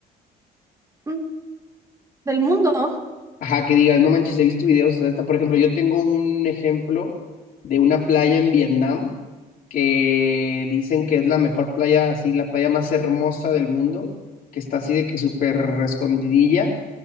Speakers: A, on the right; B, on the left.
A: mm, del mundo,
B: Ajá, que digas, no manches, he visto videos, o sea, hasta, por ejemplo, yo tengo un ejemplo de una playa en Vietnam que dicen que es la mejor playa, así, la playa más hermosa del mundo, que está así de que súper escondidilla,